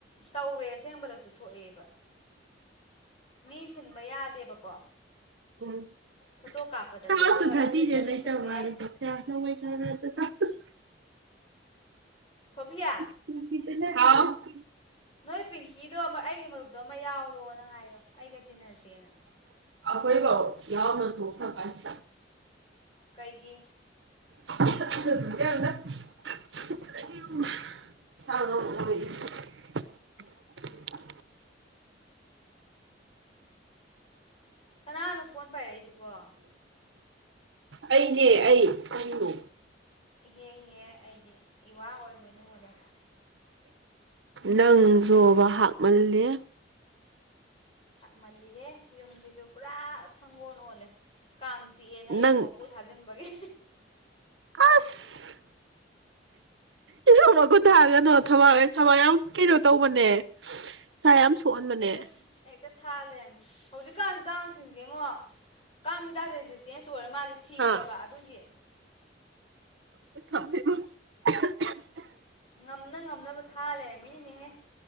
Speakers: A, on the left; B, on the right.
A: ꯇꯧꯋꯦ ꯁꯦꯡꯕꯗꯁꯨ ꯊꯣꯛꯑꯦꯕ ꯃꯤ ꯁꯤꯟꯕ ꯌꯥꯗꯦꯕꯀꯣ
B: ꯎꯝ
A: ꯐꯣꯇꯣ
B: <unintelligible>
A: ꯀꯥꯞꯄꯗꯗꯤ ꯑꯗꯨꯒ ꯅꯨꯡꯊꯤꯟꯗꯗꯤ ꯁꯤꯟꯕ ꯌꯥꯏ ꯁꯣꯐꯤꯌꯥ
B: ꯆꯥꯛꯆꯥ ꯍꯥꯎ
A: ꯅꯣꯏ ꯄꯤꯡꯀꯤꯗꯣ ꯃ ꯑꯩꯒꯤ ꯃꯔꯨꯞꯇꯣ ꯑꯃ ꯌꯥꯎꯔꯣꯅ ꯍꯥꯏꯌꯣ ꯑꯩꯒ ꯇꯤꯅꯖꯦꯅ
B: ꯍꯣꯏꯕ ꯌꯥꯎꯅ ꯊꯣꯈ꯭ꯔꯀꯥꯏꯁꯤꯗ
A: ꯀꯩꯒꯤ
B: <unintelligible>
A: ꯀꯅꯥꯅꯣ ꯐꯣꯟ ꯄꯥꯏꯔꯛꯏꯖꯦ ꯋꯥ
B: ꯑꯩꯅꯦ ꯑꯩ ꯀꯩꯅꯣ
A: ꯏꯍꯦ ꯍꯦ ꯑꯩꯗꯤ ꯏꯋꯥ ꯑꯣꯏꯔꯕꯣꯏ ꯅꯉꯨꯔꯦ
B: ꯅꯪꯖꯨꯕ ꯍꯥꯞꯃꯜꯂꯦ
A: ꯃꯜꯂꯤꯍꯦ ꯌꯨꯝꯖꯤꯖꯨ ꯄꯨꯔꯥ ꯁꯪꯒꯣꯟ ꯑꯣꯜꯂꯦ ꯀꯥꯡ ꯆꯤꯛꯑꯦꯅ
B: ꯅꯪ
A: ꯌꯦꯔꯨꯝ ꯃꯀꯨ ꯊꯥꯖꯤꯟꯕꯒꯤ
B: ꯑꯁ ꯏꯔꯣꯕ ꯈꯨꯊꯒꯅꯣ ꯊꯕ ꯊꯝꯃ ꯌꯥꯝ ꯀꯩꯅꯣ ꯇꯧꯕꯅꯦ ꯁ ꯌꯥꯝ ꯁꯣꯛꯍꯟꯕꯅꯦ
A: ꯍꯦꯀ ꯍꯦꯛ ꯊꯥ ꯂꯩꯔꯃꯤ ꯍꯧꯖꯤꯀꯥꯟ ꯀꯥꯡꯁꯤꯡꯁꯦꯉꯣ ꯀꯥꯡ ꯍꯤꯗꯥꯛ ꯔꯦꯖꯤꯁꯇꯦꯟꯁ ꯑꯣꯏꯔ ꯃꯥꯜꯂꯦ ꯁꯤꯗꯕ
B: ꯍꯥ
A: ꯑꯗꯨꯒꯤ
B: <unintelligible>
A: ꯉꯝꯅ ꯉꯝꯅꯕ ꯊꯥ ꯂꯩꯔꯝꯃꯤꯅꯤꯅꯦꯍꯦ